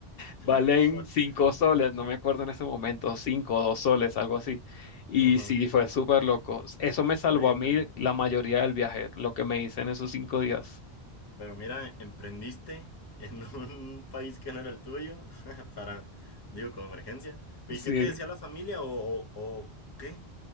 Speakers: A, on the left (about 65°); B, on the left (about 25°).
A: Valen
B: <laughs>
A: cinco soles, no me acuerdo en ese momento, cinco o dos soles, algo así. Y
B: Ajá.
A: sí, fue súper loco. Eso me salvó
B: Oye,
A: a mí
B: pero,
A: la mayoría del viaje, lo que me hice en esos cinco días.
B: pero mira, emprendiste en un <laughs> país que no era el tuyo <laughs> para, digo, como emergencia. ¿Y
A: Sí.
B: qué te decía la familia o, o, o qué?